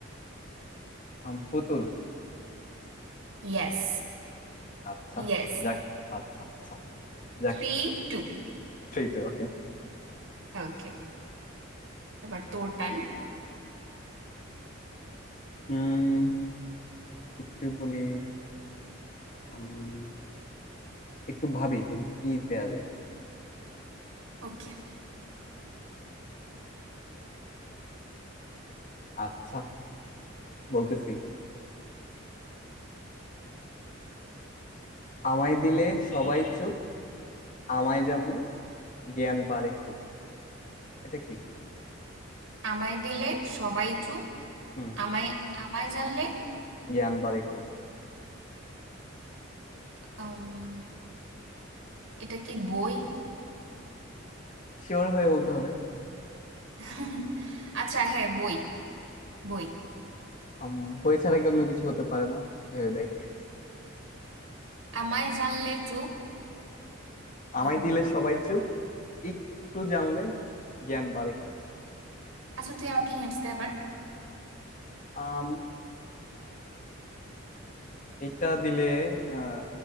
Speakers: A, on the left; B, on the right.
A: আম পুতুল
B: Yes
A: আচ্ছা
B: Yes
A: যাক আচ্ছা আচ্ছা যাক
B: Three two
A: Three two okay
B: Okay এবার তোর টান
A: উম একটু বলি উম, একটু ভাবি তোকে কি দেয়া যায়
B: ওকে
A: আচ্ছা বলতেছি আমায় দিলে সবাই চুপ আমায় জানলে জ্ঞান বাড়ে খুব এটা কি
B: আমায় দিলে সবাই চুপ
A: হুম
B: আমায় আমায় জানলে
A: জ্ঞান বাড়ে খুব
B: উম, এটা কি বই
A: শিওর হয়ে বলতে হবে
B: <laughs> আচ্ছা হ্যাঁ বই বই
A: উম, বই ছাড়া কি অন্য কিছু হতে পারে না ভেবে দেখ
B: আমায় জানলে চুপ
A: আমায়
B: উম,
A: দিলে সবাই চুপ একটু জানলে জ্ঞান বাড়ে খুব
B: আচ্ছা তুই আমাকে হিন্টস দে আবার
A: আম এটা দিলে আহ,